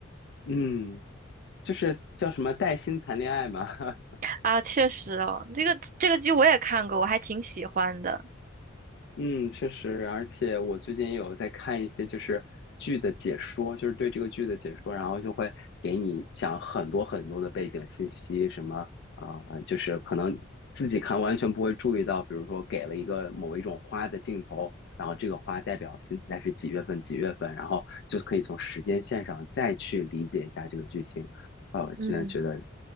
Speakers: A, on the left (about 55°); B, on the right (about 40°).
A: 嗯，就是叫什么带薪谈恋爱嘛，<laughs>
B: 啊，确实哦，这个这个剧我也看过，我还挺喜欢的。
A: 嗯，确实，而且我最近也有在看一些就是剧的解说，就是对这个剧的解说，然后就会给你讲很多很多的背景信息，什么啊、呃就是可能自己看完全不会注意到，比如说给了一个某一种花的镜头，然后这个花代表现在是几月份几月份，然后就可以从时间线上再去理解一下这个剧情，啊、我真的觉得
B: 嗯，